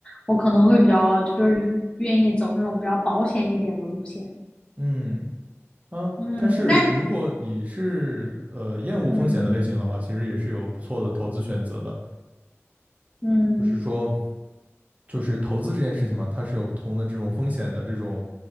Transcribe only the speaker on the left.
我可能会比较就是愿意走那种比较保险一点的路线。
嗯，
那嗯
嗯。